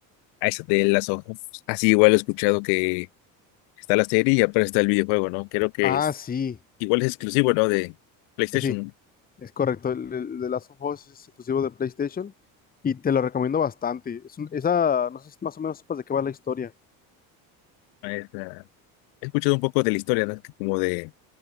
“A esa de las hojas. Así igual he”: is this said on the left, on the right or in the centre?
Left